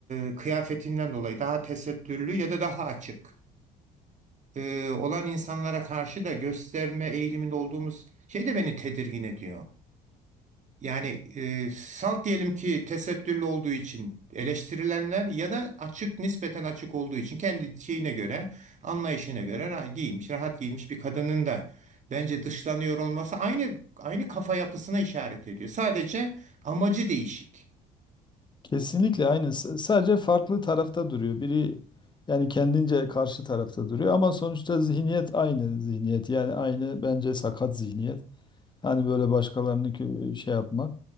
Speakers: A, on the right; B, on the left.
A: e, kıyafetinden dolayı daha tesettürlü ya da daha açık e, olan insanlara karşı da gösterme eğiliminde olduğumuz şey de beni tedirgin ediyor. Yani e, salt diyelim ki tesettürlü olduğu için eleştirilenler ya da açık nispeten açık olduğu için kendi şeyine göre anlayışına göre ra- giyinmiş rahat giymiş bir kadının da bence dışlanıyor olması aynı aynı kafa yapısına işaret ediyor. Sadece amacı değişik.
B: kesinlikle aynı S- sadece farklı tarafta duruyor. Biri yani kendince karşı tarafta duruyor ama sonuçta zihniyet aynı zihniyet. Yani aynı bence sakat zihniyet. Hani böyle başkalarını kö- şey yapmak.